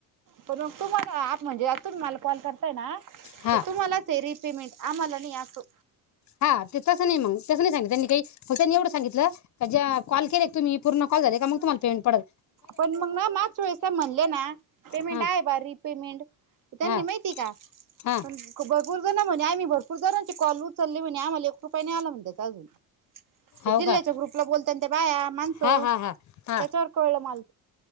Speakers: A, on the right (about 50°); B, on the left (about 45°).
A: पण मग तुम्हाला म्हणजे अजून तुम्ही मला कॉल करताय ना
B: हा
A: तर तुम्हालाच आहे रिपेमेंट आम्हाला नाही असतो.
B: हा ते तस नाई मंग तस नाई सांगितल त्यांनी काही मग त्यांनी एवढ सांगितल की ज्या कॉल केलेत तुम्ही पूर्ण कॉल झाले का मंग तुम्हाला पेमेंट पडल.
A: पण मग ना मागच्या वेळेस म्हणले ना पेमेंट
B: हां
A: आहे भारी रिपेमेंट त्यांनी
B: हां
A: माहितीय का
B: हां
A: <unintelligible> बघ भरपूर जण म्हणे आम्ही भरपूर जणांचे कॉल उचलले म्हणे आम्हाला एक रुपया नाही आला म्हनत्यात अजून ते
B: हो
A: जिल्ह्याच्या
B: का
A: ग्रुपला बोल बाया माणसं
B: हां हां हां हां
A: त्याच्यावर कळलं मला